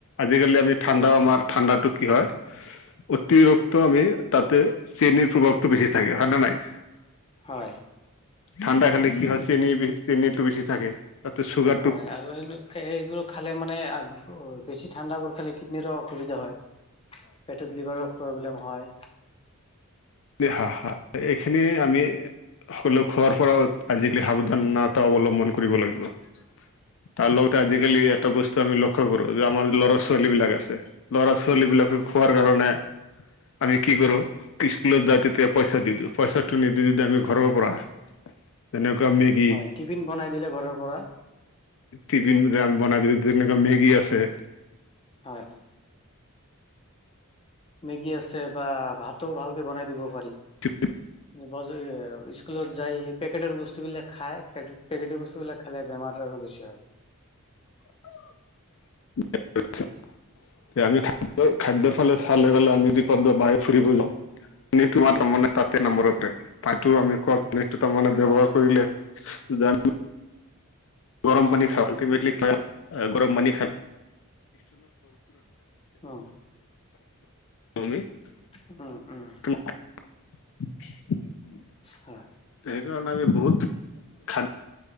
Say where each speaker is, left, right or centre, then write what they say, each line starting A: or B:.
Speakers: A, on the left (about 60°); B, on the left (about 25°).
A: আজিকালি আমি
B: হয়
A: ঠাণ্ডাও আমাৰ ঠাণ্ডাটো কি হয় অতিৰিক্ত আমি তাতে চেনিৰ প্ৰভাৱটো বেছি থাকে, হয় নে নাই?
B: হয়।
A: ঠাণ্ডা খালে কি হয় চেনি-চেনীটো বেছি থাকে। তাতে চুগাৰ
B: হয় আৰু এইবোৰ খালে মানে বেছি ঠাণ্ডাবোৰ খালে কিডনীৰো অসুবিধা হয়। পেটত লিভাৰৰ প্ৰব্লেম হয়।
A: হয়, হয়, এইখিনি আমি সকলো খোৱাৰ পৰাও আজিকালি সাৱধানতা অৱলম্বন কৰিব লাগিব। তাৰ লগতে আজিকালি
B: হয়
A: এটা বস্তু আমি লক্ষ্য কৰো যে আমাৰ ল'ৰা-ছোৱালী বিলাক আছে, ল'ৰা-ছোৱালী বিলাকক খোৱাৰ
B: হয়
A: কাৰণে আমি কি কৰোঁ? <unintelligible> তেতিয়া পইচা
B: হয়
A: দি দিওঁ পইচাটো নিদি যদি আমি ঘৰৰ পৰা তেনেকুৱা মেগী
B: হয় টিফিন বনাই দিলে ঘৰৰ পৰা
A: টিফিন যে আমি বনাই দিও যেনেকুৱা মেগী আছে।
B: হয়, হয়। মেগী আছে বা ভাতো ভালকে বনাই দিব পাৰি।
A: <inaudible>
B: বজ স্কুলত যাই সেই পেকেটৰ বস্তু বিলাক খায়, পেকেটৰ বস্তু বিলাক খালে বেমাৰ আৰু বেছি হয়।
A: <inaudible> এ, আমি খাদ্যৰ খাদ্যৰ ফালে চাবলৈ গ'লে আমি বাহি ফুৰিব যাওঁ এইটো তাৰমানে তাতে
B: হয়
A: নাম্বৰতে তাতো আমি কোৱা তাৰমানে
B: হয়
A: ব্যৱহাৰ কৰিলে জান, গৰম পানী খাওঁ আল্টিমেট গৰম পানী খাও
B: উম
A: <unintelligible> <unintelligible>
B: উম, উম।
A: <inaudible>
B: হয়।
A: সেই কাৰণে আমি বহুত খাদ্য